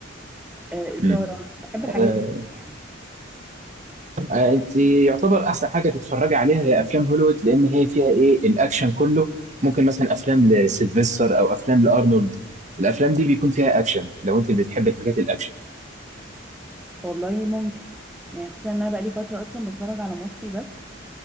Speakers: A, in the centre; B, on the right.
A: آه، إثارة
B: امم
A: بحب
B: آه
A: الحاجات دي أوي يعني
B: آه، انت يعتبر احسن حاجه تتفرجي عليها هي افلام هوليوود لان هي فيها ايه الاكشن كله ممكن مثلا افلام لسيلفستر او افلام لارنولد الافلام دي بيكون فيها اكشن لو انت بتحبي الحاجات الاكشن
A: والله ممكن يعني خصوصا إن أنا بقالي فترة أصلا بتفرج على مصري بس